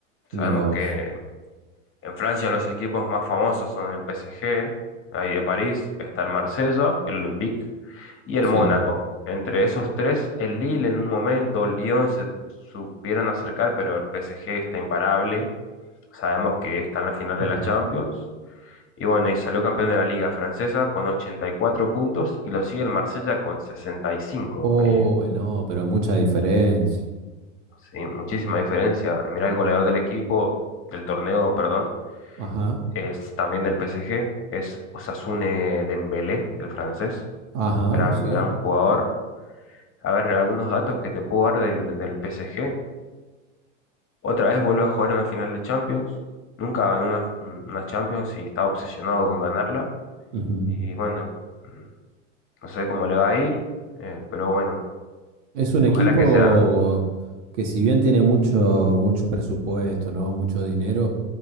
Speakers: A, on the left; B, on the right.
A: Sabemos
B: Mira vos.
A: que en Francia los equipos más famosos son el PSG, ahí de París, está el Marsella, el Olympique. y el
B: Sí.
A: Mónaco. Entre esos tres, el Lille en un momento, el Lyon se supieron acercar, pero el PSG está imparable. Sabemos que está en la final
B: Ujú.
A: de la Champions. Y bueno, y salió campeón de la Liga Francesa con 84 puntos y lo sigue el Marsella con 65.
B: Oh,
A: Eh,
B: no, pero mucha diferencia.
A: sí, muchísima diferencia. Eh, mirá el goleador del equipo, del torneo, perdón,
B: Ajá,
A: es también del PSG, es Osasune Dembélé, el francés.
B: ajá,
A: Gran,
B: sí.
A: gran jugador. A ver, algunos datos que te puedo dar del, del PSG. Otra vez vuelve a jugar en la final de Champions. Nunca ganó una, una Champions y está obsesionado con ganarla.
B: Ujú.
A: Y bueno, mm, no sé cómo le va a ir, eh, pero bueno,
B: Es un equipo
A: ojalá que sea,
B: que si bien tiene mucho, mucho presupuesto, ¿no? Mucho dinero.